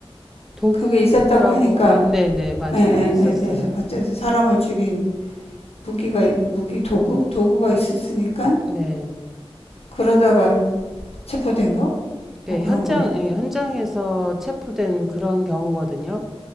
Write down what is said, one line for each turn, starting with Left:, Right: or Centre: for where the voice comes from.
Centre: 도구라고,
Left: 그게 있었다고 하니까
Centre: 어, 네네. 맞아요.
Left: 에, 에,
Centre: 있었어요.
Left: 에, 에. 어쨌든 사람을 죽인 무기가 무기 도구 도구가 있었으니까
Centre: 어, 네.
Left: 그러다가 체포된 거
Centre: 그
Left: 뭐 그런
Centre: 현장,
Left: 거예요?
Centre: 예, 현장에서 체포된 그런 경우거든요.